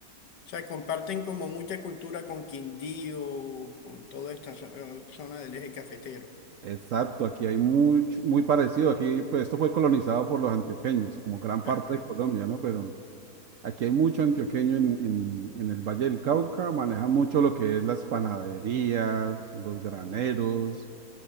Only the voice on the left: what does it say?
O sea, comparten como mucha cultura con Quindío, con toda esta zo- zona del eje cafetero.
Ajá.